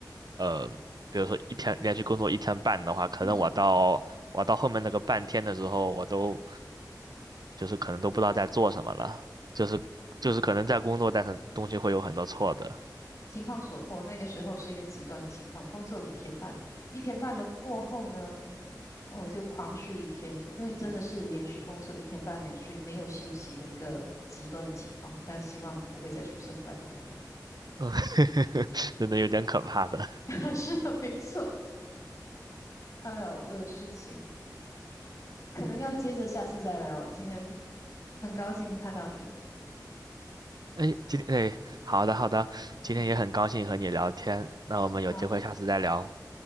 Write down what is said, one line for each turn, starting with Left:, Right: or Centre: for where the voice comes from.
Right: 呃，比如说一天连续工作一天半的话，可能我到我到后面那个半天的时候，
Left: 嗯。
Right: 我都就是可能都不知道在做什么了，就是就是可能在工作，但是东西会有很多错的，
Left: 情况所迫，那个时候是一个极端的情况，工作了一天半，一天半了过后呢，我就狂睡一天，因为真的是连续工作一天半没睡，没有休息的一个极端的情况，但希望不会再出现了，拜托拜托。
Right: 嗯，<laughs> 真的有点可怕的。
Left: <laughs> 是的，没错。哎呦，我有事情，可能要接着下次再聊了。今天很高兴看到你，
Right: 哎，今天哎，好的好的，今天也很高兴和你聊天，
Left: 嗯，
Right: 那我们有机会下次再聊，
Left: 好，